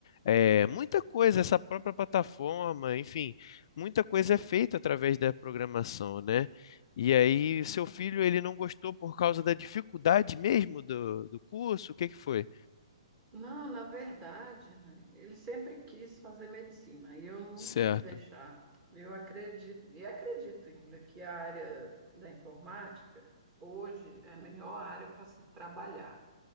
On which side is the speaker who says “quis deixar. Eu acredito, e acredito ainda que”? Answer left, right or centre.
Right